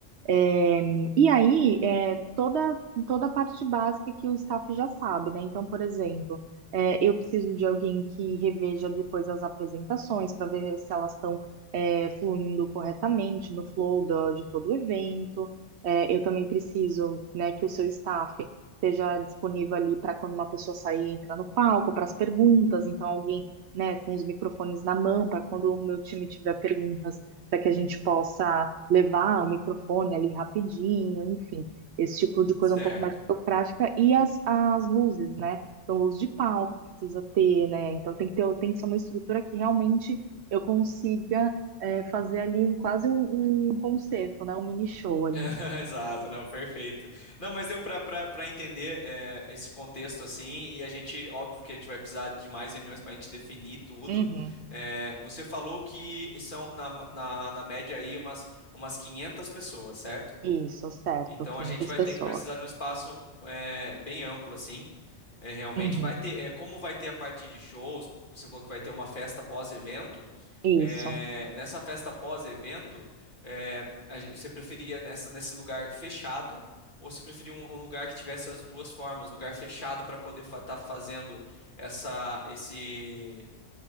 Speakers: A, on the right; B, on the left.
A: É, e aí, é, toda, toda a parte básica que o staff já sabe, né? Então, por exemplo, é, eu preciso de alguém que reveja depois as apresentações para ver se elas estão é, fluindo corretamente no flow do- de todo o evento. É, eu também preciso, né, que o seu staff esteja disponível ali para quando uma pessoa sair e entrar no palco, para as perguntas. Então, alguém, né, com os microfones na mão, para quando o meu time tiver perguntas para que a gente possa levar o microfone ali rapidinho, enfim, esse tipo de coisa
B: Certo.
A: um pouco mais burocrática. E as, as luzes, né? Então, luz de palco precisa ter, né? Então, tem que ter, tem que ser uma estrutura que realmente eu consiga é, fazer ali um, quase um, um concerto, né? Um mini show ali
B: <laughs>
A: em si.
B: Exato, não, perfeito. Não, mas deu para para entender é, esse contexto assim, e a gente, óbvio que a gente vai precisar de mais reuniões para a gente definir tudo.
A: Uhum.
B: É, você falou que são na, na, na média aí umas, umas 500 pessoas, certo?
A: Isso, certo,
B: Então
A: 500
B: a gente vai
A: pessoas.
B: ter que precisar de um espaço é, bem amplo assim. É, realmente
A: Uhum.
B: vai ter, é, como vai ter a partir de shows, você falou que vai ter uma festa pós-evento.
A: Isso.
B: é, nessa festa pós-evento, é, a gen- você preferia nessa, nesse lugar fechado ou você preferia um, um lugar que tivesse as duas formas, lugar fechado para poder estar fazendo essa, esse